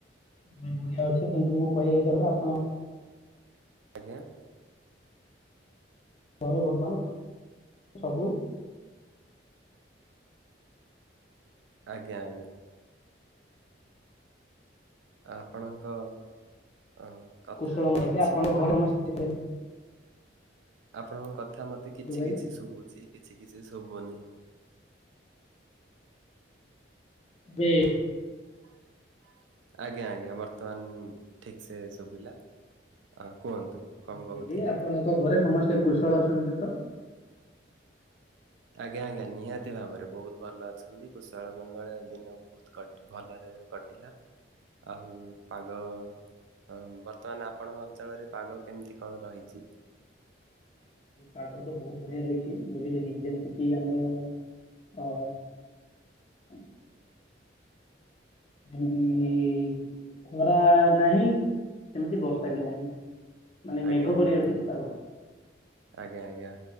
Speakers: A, on the left; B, on the right.
A: ବଢିଆ ଅଛି କିନ୍ତୁ ମୁଁ କହିବା ହିସାବରେ ଆପଣ
B: ଆଜ୍ଞା
A: ଘରେ ବର୍ତ୍ତମାନ ସବୁ
B: ଆଜ୍ଞା ଆଜ୍ଞା ଆପଣଙ୍କ ଅ କଥା
A: କୁଶଳ କହିଲେ
B: କିଛି
A: ଆପଣଙ୍କ ଘରେ ସମସ୍ତେ
B: ଆପଣଙ୍କ କଥା ମତେ କିଛି
A: ଭାଇ
B: କିଛି ଶୁଭୁଛି କିଛି କିଛି ଶୁଭନି
A: ହଁ
B: ଆଛା ଆଜ୍ଞା ଆଜ୍ଞା ବର୍ତ୍ତମାନ ଠିକ ସେ ଶୁଭିଲା କୁହନ୍ତୁ କଣ
A: ମୁଁ କହିଲି
B: କହୁଥିଲେ?
A: ଆପଣଙ୍କ ଘରେ ସମସ୍ତେ କୁଶଳ ଅଛନ୍ତି ତ
B: ଆଜ୍ଞା ଆଜ୍ଞା ନିହାତି ଭାବରେ ବହୁତ ଭଲ ଅଛନ୍ତି କୁଶଳ ମଙ୍ଗଳ ଦିନ ବହୁତ ଭଲରେ କଟିଲା ଆଉ ପାଗ ହଁ ବର୍ତ୍ତମାନ ଆପଣଙ୍କ ଅଞ୍ଚଳରେ ପାଗ କେମିତି କଣ ରହିଛି
A: ପାଗ ତ ବହୁତ ବଢିଆ ରହିଛି ବୁଝିଲେ କି ଯେମିତି କି ଆମର ଅ ହୁଁ ହୁଁ ଖରା ନାହିଁ ସେମିତି ବର୍ଷା ବି ନାହିଁ ମାନେ
B: ଆଜ୍ଞା
A: ମେଘ
B: ଆଜ୍ଞା
A: କରି ରଖିଛି ପାଗ।
B: ଆଜ୍ଞା ଆଜ୍ଞା